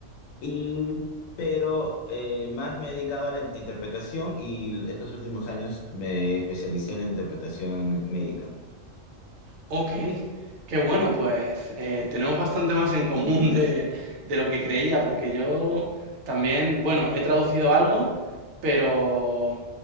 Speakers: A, on the left; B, on the right.
A: y, pero eh, más me he dedicado a la in- interpretación y estos últimos años me especialicé en la interpretación médica.
B: Ok, qué bueno, pues eh, tenemos bastante más en común de, de lo que creía, porque yo también, bueno, he traducido algo, pero